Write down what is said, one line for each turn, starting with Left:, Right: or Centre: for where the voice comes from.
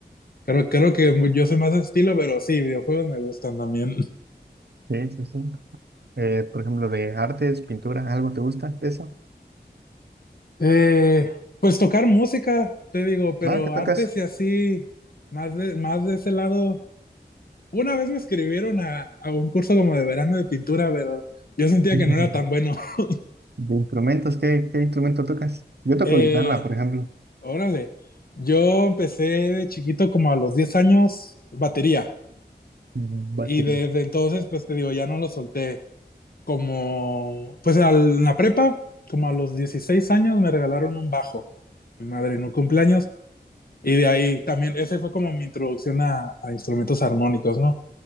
Left: Creo, creo que yo soy más de ese estilo, pero sí, videojuegos me gustan también.
Right: Sí, sí, sí. Eh, por ejemplo, de artes, pintura, ¿algo te gusta de eso?
Left: Eh, pues tocar música, te digo, pero
Right: Ah, ¿qué tocas?
Left: artes y así, más de, más de ese lado. Una vez me escribieron a, a un curso como de verano de pintura, pero yo sentía
Right: <laughs>
Left: que no era tan bueno. <laughs>
Right: ¿De instrumentos? ¿Qué, qué instrumento tocas? Yo toco
Left: Eh,
Right: guitarra, por ejemplo.
Left: órale, yo empecé de chiquito como a los 10 años batería
Right: Mm,
Left: y
Right: Batería.
Left: desde entonces, pues te digo, ya no lo solté. Como, pues al- en la prepa, como a los 16 años me regalaron un bajo. Mi madre, en un cumpleaños. Y de ahí también, ese fue como mi introducción a, a instrumentos armónicos, ¿no?